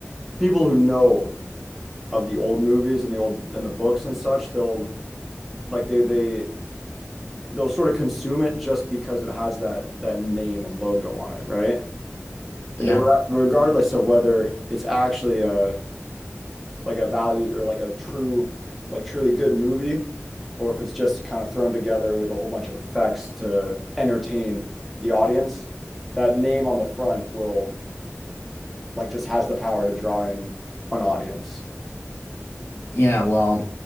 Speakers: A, in the centre; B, on the left (about 65°).
A: people who know of the old movies and the old and the books and such, they'll like they'll they they they'll sort of consume it just because it has that that name and logo on it, right?
B: Yeah.
A: And re- Regardless of whether it's actually a like a value or like a true like truly good movie or if it's just kind of thrown together with a whole bunch of effects to entertain the audience, that name on the front will like just has the power to draw in an audience.
B: Yeah, well.